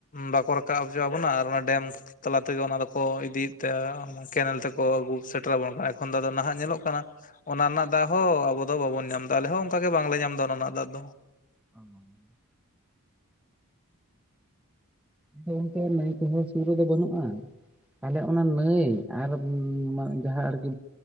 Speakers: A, on the left (about 35°); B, in the centre.
A: ᱵᱟᱠᱚ ᱨᱟᱠᱟᱵ ᱦᱚᱪᱚ ᱟᱵᱚᱱᱟ ᱟᱨ ᱚᱱᱟ ᱰᱮᱢ ᱛᱟᱞᱟ ᱛᱮᱜᱮ ᱚᱱᱟ ᱫᱚᱠᱚ ᱤᱫᱤᱭᱮᱫ ᱛᱮ ᱚᱱᱟ ᱠᱮᱱᱮᱞ ᱛᱮᱠᱚ ᱟᱹᱜᱩ ᱥᱮᱴᱨᱟᱵᱚᱱ ᱠᱟᱱ ᱠᱷᱚᱱ ᱫᱚ ᱱᱟᱦᱟᱜ ᱧᱮᱞᱚᱜ ᱠᱟᱱᱟ ᱚᱱᱟ ᱨᱮᱱᱟᱜ ᱫᱟᱜ ᱦᱚᱸ ᱟᱵᱚ ᱫᱚ ᱵᱟᱵᱚᱱ ᱧᱟᱢ ᱫᱟ ᱟᱞᱮ ᱦᱚᱸ ᱚᱱᱠᱟ ᱜᱮ ᱵᱟᱝᱞᱮ ᱧᱟᱢ ᱮᱫᱟ ᱚᱱᱟ ᱨᱮᱱᱟᱜ ᱫᱟᱜ ᱫᱚ
B: ᱚᱸᱻ ᱟᱫᱚ ᱚᱱᱛᱮ ᱱᱟ. ᱭ ᱠᱚᱫᱚ ᱥᱩᱨ ᱨᱮᱫᱚ ᱵᱟᱹᱱᱩᱜ-ᱟ ᱟᱞᱮᱭᱟᱜ ᱚᱱᱟ ᱱᱟᱹᱭ ᱟᱨ ᱡᱟᱦᱟᱸ ᱟᱨᱠᱤ